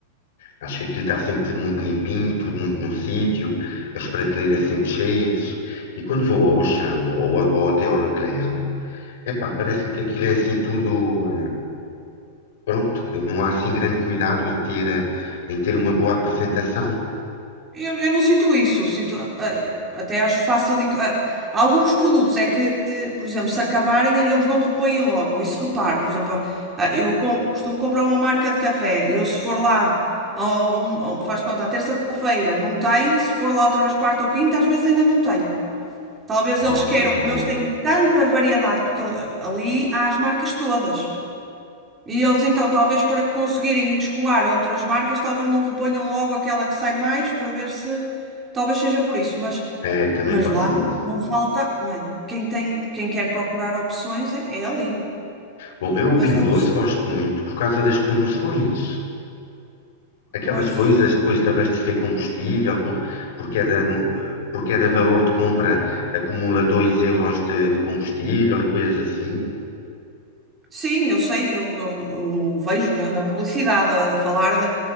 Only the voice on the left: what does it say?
Acho que aquilo está sempre tudo muito limpinho, tudo muito no sítio, as prateleiras sempre cheias. E quando vou ao Auchan ou, ou- ou até ao Leclerc, epá, parece-me que aquilo é assim tudo, eh, pronto, que não há assim grande cuidado em ter, eh, em ter uma boa apresentação.
Ah,
está
bem.
É, também
pode
ser isso.
Bom, eu
o Pingo
Doce gosto muito por causa das promoções. aquelas
coisas depois de abastecer combustível, por, por, cada, nu- por cada valor de compra acumula 2 euros de, de combustível e coisas assim.